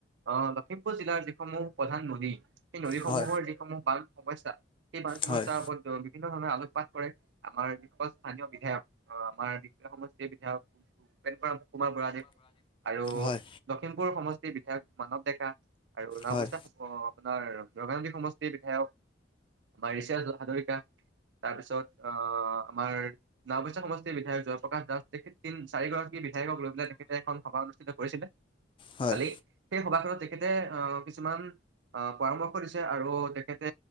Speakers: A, on the right; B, on the left.
A: আহ লখিমপুৰ জিলাৰ যিসমূহ প্ৰধান নদী, সেই নদীসমূহৰ
B: হয়
A: যিসমূহ বান সমস্যা, সেই বান সমস্যাৰ
B: হয়
A: ওপৰত বিভিন্ন ধৰণে আলোকপাত কৰে। আমাৰ যিসকল স্থানীয় বিধায়ক, আমাৰ সমষ্টিৰ বিধায়ক কুমাৰ বুৰাাদেৱ, আৰু
B: হয়
A: লখিমপুৰ সমষ্টিৰ বিধায়ক মানৱ ডেকা। আৰু অৱশা
B: হয়
A: আপোনাৰ ৰগাংগি সমষ্টিৰ বিধায়ক। আমাৰ বাৰিষা হাজৰিকা তাৰপিছত আহ, আমাৰ নওবৈচা সমষ্টিৰ বিধায়ক জয়প্ৰকাশ দাস, তেখেত ন চাৰিগৰাকী বিধায়ক লৈ পাই তেখেতে এখন। সভা অনুষ্ঠিত কৰিছিলে,
B: হয়
A: কালি। সেই সভাখনত তেখেতে আহ কিছুমান আহ পৰামৰ্শ দিছে আৰু। তেখেতে